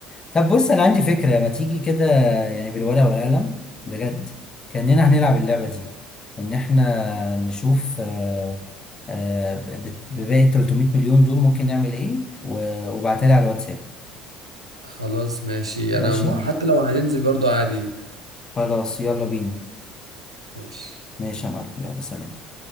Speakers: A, on the left; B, on the right.
A: طب بص انا عندي فكره ما تيجي كده يعني بالورقه والقلم بجد كاننا هنلعب اللعبه دي ان احنا نشوف آه، آه، ب- ب- بباقي 300 مليون دول ممكن نعمل ايه و- وابعتها لي على الواتساب
B: خلاص ماشي
A: ماشي
B: انا م- حتى لو هننزل برضو عادي
A: خلاص يلا بينا
B: ماشي
A: ماشي يا معلم يلا سلام